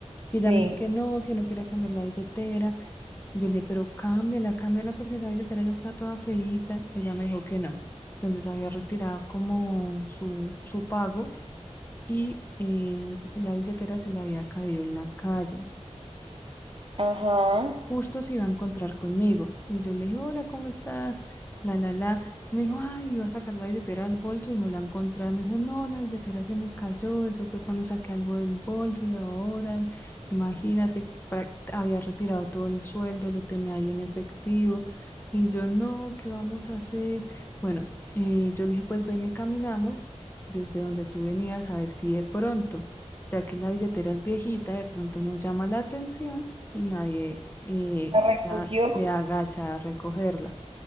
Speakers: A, on the left; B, on the right.
A: Y ella
B: Sí,
A: me dijo que no, que no quería cambiar la billetera. Y yo le dije, pero cámbiala, cámbiala porque esa billetera ya está toda feíta. Ella me dijo que no. Entonces había retirado como su, su pago y eh, la billetera se le había caído en la calle
B: ajá.
A: justo se iba a encontrar conmigo. Y yo le dije, hola, ¿cómo estás? La, la, la. Me dijo, ay, iba a sacar la billetera del bolso y no la encontré. Me dijo, no, la billetera se me cayó. Eso fue cuando saqué algo del bolso y ahora, imagínate, pra- había retirado todo el sueldo, lo tenía ahí en efectivo. Y yo, no, ¿qué vamos a hacer? Bueno, eh, yo le dije, pues ven y caminamos desde donde tú venías a ver si de pronto, ya que la billetera es viejita, de pronto no llama la atención y nadie eh,
B: La recogió.
A: se a- se agacha a recogerla.